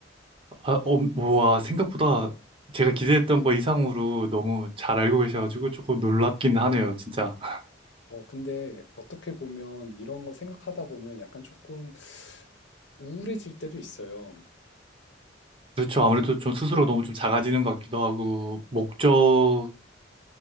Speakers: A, on the right; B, on the left.
A: 아, 어, 와, 생각보다 제가 기대했던 거 이상으로 너무 잘 알고 계셔가지고 조금 놀랍긴 하네요, 진짜. <laughs>
B: 어, 근데 어떻게 보면 이런 거 생각하다 보면 약간 조금 우울해질 때도 있어요.
A: 그렇죠. 아무래도 좀 스스로 너무 좀 작아지는 것 같기도 하고, 목적이